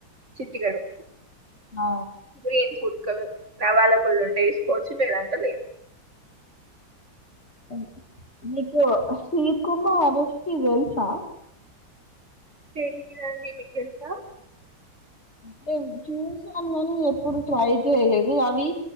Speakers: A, on the right; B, on the left.
A: చిట్ కెడు
B: ఆ
A: గ్రీన్ ఫుడ్ క్కలు నవాల పుళు ఉంటే పోచి లేద అంట లే
B: ఉహు నీకు శీక్ ఉన్ను రెసిపి తెల్సా
A: తెలియదండి మీకు తెలుసా
B: టే చూసాను గని ఎప్పుడు ట్రై చేయలేదు అవి